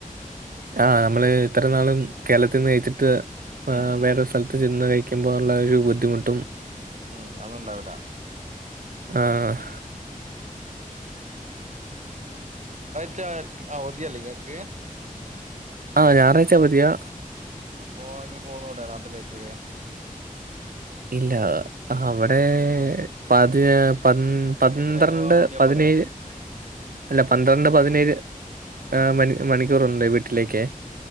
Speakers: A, on the right (about 80°); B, on the right (about 55°).
A: ആഹ് നമ്മള് ഇത്ര നാളും കേരളത്തിൽ നിന്ന് കഴിച്ചിട്ട്
B: ഉം ഉം
A: വേറൊരു സ്ഥലത്ത് ചെന്ന് കഴി ക്കുമ്പൊള്ളൊരു ബുദ്ധിമുട്ടും
B: ഉം അതൊന്നുണ്ടാവൂല
A: ആഹ്
B: ച്ചവരെ അവധിയല്ലേ നിങ്ങക്ക്
A: ആഹ് ഞായറാഴ്ച്ചാ അവധിയാ
B: അപ്പൊ ഇങ്ങ് പോന്നൂടെ നാട്ടിലേക്ക്
A: ഇല്ല അവിടെ പതിന പന്
B: ശനിയാഴ്ച
A: പന്ത്രണ്ട്
B: കഴിഞ്ഞ പാട് ഓടിയാ
A: പതിനേഴ്
B: പോരെ
A: അല്ല പന്ത്രണ്ട് പതിനേഴ് മണി മണിക്കൂറുണ്ട് വീട്ടിലേക്കേ